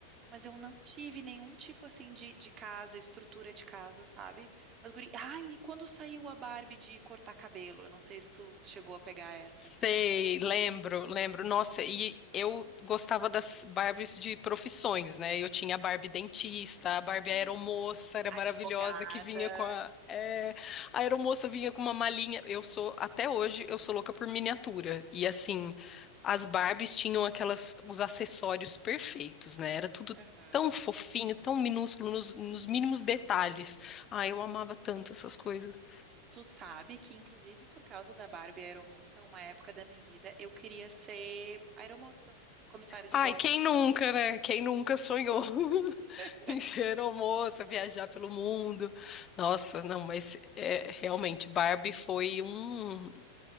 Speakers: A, on the right (about 30°); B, on the left (about 30°).
A: Mas eu não tive nenhum tipo assim de, de casa, estrutura de casa, sabe? Mas, guri. Ai, e quando saiu a Barbie de cortar cabelo? Eu não sei se tu chegou a pegar essa.
B: Sei, lembro, lembro. Nossa, e eu gostava das Barbies de profissões, né? Eu tinha a Barbie dentista, a Barbie
A: Uhum.
B: aeromoça, era
A: Advogada.
B: maravilhosa, que vinha com a... é, a aeromoça vinha com uma malinha. Eu sou, até hoje, eu sou louca por miniatura. E assim, as Barbies tinham aquelas, os acessórios perfeitos, né? Era tudo
A: Aham.
B: tão fofinho, tão minúsculo, nos, nos mínimos detalhes. Ah, eu amava tanto essas coisas.
A: Tu sabe que, inclusive, por causa da Barbie aeromoça, uma época da minha vida, eu queria ser aeromoça, comissária de
B: Ai,
A: bordo.
B: quem nunca, né? Quem nunca sonhou <laughs>
A: <laughs>
B: em ser almoça, viajar pelo mundo? Nossa, não, mas é, realmente Barbie foi um,